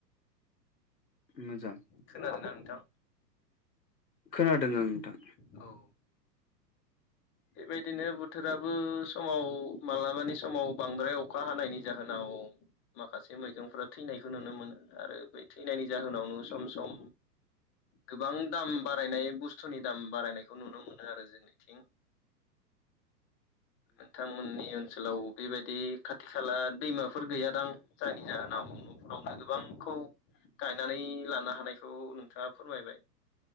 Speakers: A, on the left (about 80°); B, on the left (about 25°).
A: मोजां।
B: खोनादोंना नोंथां?
A: खोनादों ओं नोंथां।
B: औ। बेबायदिनो बोथोराबो समाव मालाबानि समाव बांद्राय अखा हानायनि जाहोनाव माखासे मैगंफोरा थैनायखौ नुनो मोनो आरो बै थैनायनि जाहोनावनो माव
A: उम
B: सम सम गोबां दाम बारायनाय बुस्थुनि दाम बारायनायखौ नुनो मोनो आरो जोंनिथिं। <inaudible> नोंथांमोननि ओनसोलाव बेबायदि खाथि खाला दैमाफोर गैयादां जायनि जाहोनाव न'फ्रावनो गोबांखौ गायनानै लानो हानायखौ नोंथाङा फोरमायबाय